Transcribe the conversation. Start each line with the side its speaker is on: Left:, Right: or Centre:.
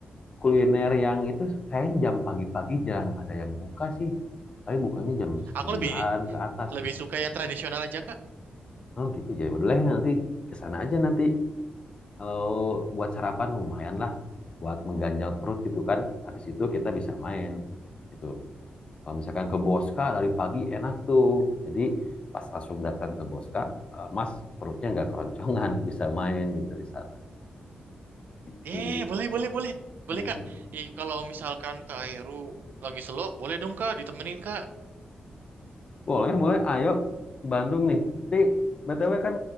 Left: kuliner yang itu kayaknya jam pagi-pagi jarang ada yang buka sih. Paling bukanya jam 9
Right: Aku lebih
Left: ke atas
Right: lebih
Left: nih.
Right: suka yang tradisional aja Kak.
Left: Oh gitu ya. Boleh nanti kesana aja nanti Kalau buat sarapan lumayan lah, buat mengganjal perut gitu kan. Habis itu kita bisa main gitu. Kalau misalkan ke Boska dari pagi enak tuh. Jadi pas langsung datang ke Boska, eh, Mas perutnya nggak keroncongan, <laughs> bisa main gitu di sana. Itu.
Right: Eh, boleh boleh boleh. Boleh
Left: Mhm.
Right: Kak. Ih, kalau misalkan Kak Heru lagi selo, boleh dong Kak ditemenin Kak.
Left: Boleh, boleh. Ayo Bandung nih. Tapi BTW kan